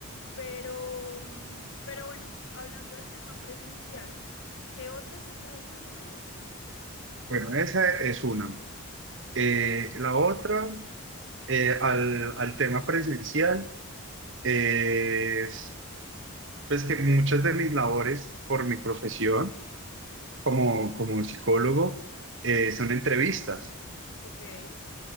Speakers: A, on the left; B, on the right.
A: Pero, mm, pero bueno, hablando del tema presencial, ¿qué otras ventajas le ves ahí?
B: Bueno, esa es una. Eh, la otra, eh, al, al tema presencial. es pues que muchas de mis labores por mi profesión como, como psicólogo
A: Sí,
B: eh, son entrevistas.
A: ok. ¿Te